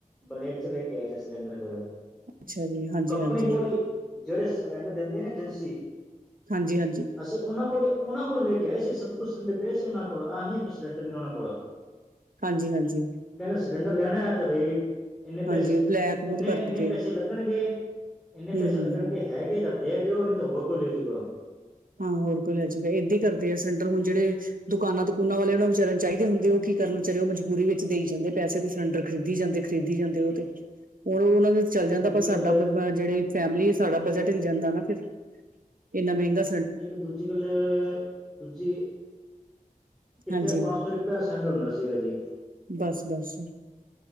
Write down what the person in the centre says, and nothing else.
ਬਲੇਕ ਚ ਲੈ ਕੇ ਆਏ ਸੀ ਸਿਲੰਡਰ ਫਿਰੋਂ
ਕੰਪਨੀ
ਕੋਲ ਈ ਜੇੜੇ ਸਿਲੰਡਰ ਦਿੰਦੇ ਨੇ ਏਜੰਸੀ
ਅਸੀਂ ਓਨਾਂ ਕੋਲੋਂ ਓਨਾਂ ਕੋਲ ਲੈ ਕੇ ਆਏ ਸੀ ਸਭ ਕੁੱਛ ਸਿਲੰਡਰ ਪਏ ਸੀ ਓਨਾਂ ਕੋਲ ਆ ਹੀ ਨ ਸਿਲੰਡ ਨੇ ਓਨਾਂ ਕੋਲ
ਕੈਂਦੇ ਸਿਲੰਡਰ ਲੈਣਾ ਐ ਤੇ ਬਈ ਇੰਨੇ ਪੈਸੇ
ਇੰਨੇ-ਇੰਨੇ
ਪੈਸੇ
ਲੱਗਣਗੇ। ਇੰਨੇ
ਪੈਸੇ
ਲੱਗਣਗੇ ਹੈਗੇ ਤਾਂ ਦੇ ਦਿਓ ਨਈ ਤਾਂ ਹੋਰ ਕੋਈ ਲੈਜੂਗਾ।
ਦੂਜੀ
ਗੱਲ
ਇਕ ਦੂਜੀ ਗਲ ਦੂਜੀ ਕਿੱਥੇ
ਪੰਜ ਸੌ ਰੁਪਇਆ ਸੈਂਡ ਹੁੰਦਾ ਸੀਗਾ ਜੀ।